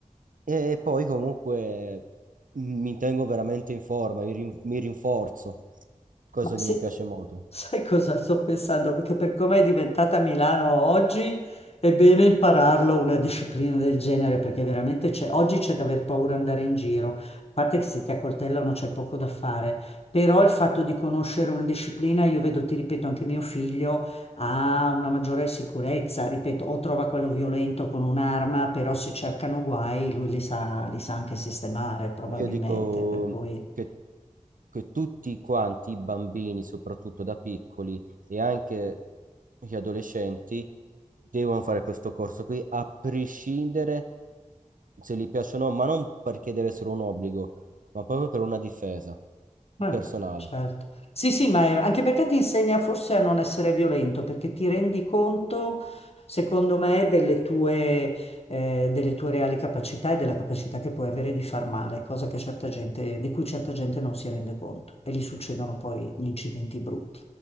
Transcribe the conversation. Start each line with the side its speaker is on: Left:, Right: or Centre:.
Right: E poi comunque mi tengo veramente in forma, mi rin- mi rinforzo, cosa
Left: Ma se-
Right: che mi piace molto.
Left: sai cosa sto pensando? Perché per come è diventata Milano oggi, è bene impararlo una disciplina del genere, perché veramente c'è, oggi c'è da aver paura andare in giro. A parte che se ti accoltellano c'è poco da fare, però il fatto di conoscere una disciplina, io vedo, ti ripeto, anche mio figlio ha una maggiore sicurezza, ripeto, o trova quello violento con un'arma, però se cercano guai, lui li sa, li sa anche sistemare probabilmente,
Right: Ma Io dico
Left: per cui...
Right: che, che tutti quanti, i bambini, soprattutto da piccoli e anche gli adolescenti, devono fare questo corso qui, a prescindere se gli piace o no, ma non perché deve essere un obbligo, ma proprio per una difesa
Left: Eh,
Right: personale.
Left: Certo. Sì, sì, ma è- anche perché ti insegna forse a non essere violento, perché ti rendi conto, secondo me, delle tue, eh, delle tue reali capacità e della capacità che puoi avere di far male, cosa che certa gente, di cui certa gente non si rende conto e gli succedono poi gli incidenti brutti.